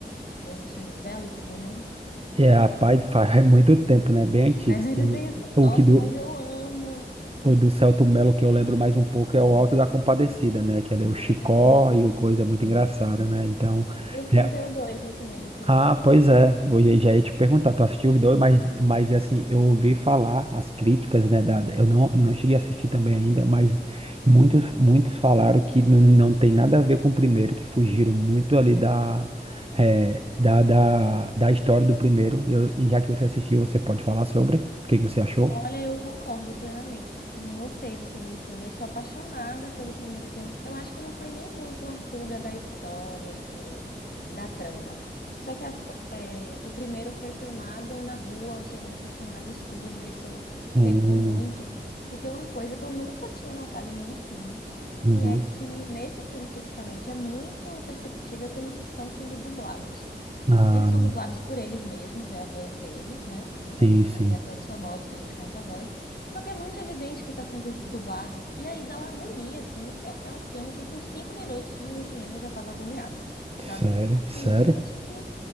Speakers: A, on the left; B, on the right.
A: Você já assistiu Lisbela e o Prisioneiro?
B: É, rapaz, faz é muito tempo, né? Bem antigo.
A: Mas
B: Sim.
A: muito tempo.
B: O
A: Nossa,
B: que do,
A: mas eu amo.
B: o do Celto Melo que eu lembro mais um pouco é o Alto da Compadecida, né? Que ali é o
A: Ai,
B: Chicó
A: também é muito
B: e o coisa
A: bom,
B: é muito engraçada,
A: assim.
B: né? Então,
A: Eu fui
B: é,
A: ver o dois no cinema esse ano.
B: Ah, pois é, eu ia- já ia te perguntar, tu assistiu os dois, mas, mas assim, eu ouvi falar as críticas, né, da, eu não, não cheguei a assistir também ainda, mas muitos, muitos falaram que não, não tem nada a ver com o primeiro, que fugiram muito ali da, eh, da, da, da história do primeiro, Eu- e já que você assistiu, você pode falar sobre, o que que você achou?
A: Olha, eu concordo plenamente. Tipo, não gostei do segundo filme. Eu sou apaixonada pelo primeiro filme. Eu acho que não foi nem muito uma fuga da história e do da trama. Só que a- é, o primeiro foi filmado na rua, o segundo foi filmado em estúdio. Isso
B: Hum,
A: pecou muito. E tem uma coisa que eu nunca tinha notado em nenhum filme,
B: uhum.
A: que é que nesse filme especificamente é muito perceptível que eles estão sendo dublados.
B: Ah,
A: Eles são dublados por eles mesmos, é a voz deles, né? Que são
B: sim, sim,
A: ali atores famosos que a gente conhece a voz. Só que é muito evidente que está sendo dublado. E aí dá uma agonia, assim. É, é um filme que com cinco minutos no cinema eu já estava agoniada,
B: sério,
A: sabe?
B: sério?
A: E gente que